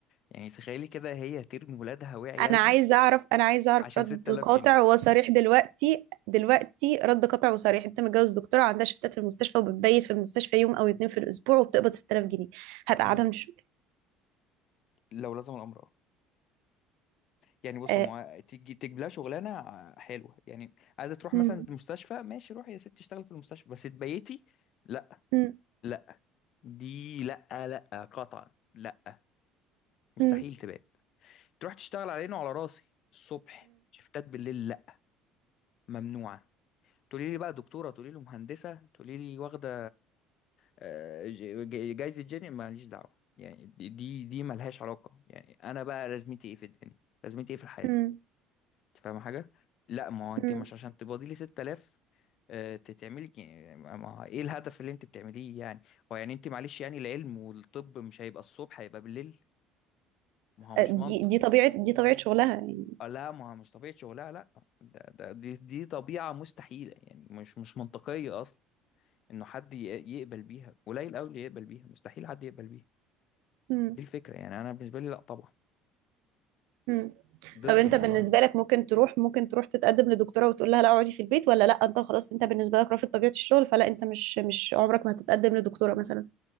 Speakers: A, on the left (about 45°); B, on the right (about 75°).
A: يعني تخيلي كده هي ترمي ولادها وعيالها
B: انا عايز اعرف انا عايز اعرف
A: عشان
B: رد
A: 6000
B: قاطع
A: جنيه
B: وصريح دلوقتي دلوقتي رد قاطع وصريح انت متجوز دكتورة عندها شيفتات في المستشفى وبتبيت في المستشفى يوم او اتنين في الاسبوع وبتقبض 6000 جنيه هتقعدها
A: مم.
B: من الشغل؟
A: لو لزم الامر يعني بص
B: آه.
A: هو تيجي تجيب لها شغلانه آه، حلوه يعني عايزه تروح
B: مم.
A: مثلا المستشفى ماشي روحي يا ست اشتغلي في المستشفى بس تبيتي لا
B: مم.
A: لا دي لا لا قطعا لا مستحيل
B: مم.
A: تبات تروح تشتغل على عيني وعلى راسي الصبح شفتات بالليل لا ممنوعه تقولي لي بقى دكتوره تقولي لي مهندسه تقولي لي واخده آه، ج- ج- جايزه جيني ماليش دعوه يعني دي دي دي ملهاش علاقه يعني انا بقى لازمتي ايه في الدنيا لازمتي ايه في الحياه
B: مم.
A: انت فاهمه حاجه لا ما هو انت
B: مم.
A: مش عشان تبقى لي 6000 آه، تتعملي ك- ما ما- ايه الهدف اللي انت بتعمليه يعني هو يعني انت معلش يعني العلم والطب مش هيبقى الصبح هيبقى بالليل ما هو مش
B: دي
A: منطق
B: دي طبيعة دي طبيعة شغلها يعني
A: آه، لا ما هو مش طبيعة شغلها لا ده ده دي دي طبيعة مستحيلة يعني مش مش منطقية اصلا انه حد ي- يقبل بيها قليل قوي اللي يقبل بيها مستحيل حد يقبل بيها
B: مم.
A: دي الفكرة يعني انا بالنسبة لي لا طبعا
B: مم.
A: ضد
B: طب انت
A: الموضوع
B: بالنسبة
A: ده
B: لك ممكن تروح ممكن تروح تتقدم لدكتورة وتقول لها لا اقعدي في البيت ولا لا انت خلاص انت بالنسبة لك رافض طبيعة الشغل فلا انت مش مش عمرك ما هتتقدم لدكتورة مثلا